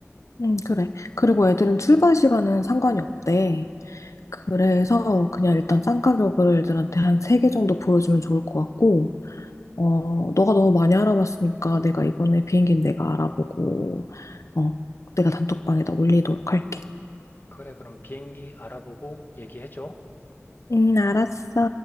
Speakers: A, on the left; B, on the left.
A: 응, 그래. 그리고 애들은 출발 시간은 상관이 없대. 그래서 그냥 일단 싼 가격을 애들한테 한 세 개 정도 보여주면 좋을 것 같고, 어, 너가 너무 많이 알아봤으니까 내가 이번에 비행기는 내가 알아보고, 어, 내가 단톡방에다 올리도록 할게.
B: 그래, 그럼 비행기 알아보고 얘기해줘.
A: 응, 알았어.